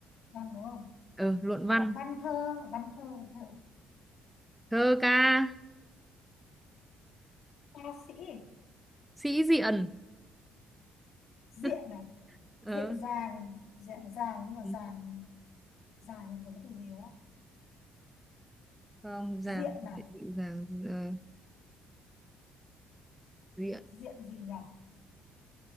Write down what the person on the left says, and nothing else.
văn đúng không
à,
văn thơ văn thơ văn thơ
ca sĩ
diện
này diện
dàng diện dàng nhưng mà
dàng dàng thì có cái từ gì đó
diện là
diện gì nhở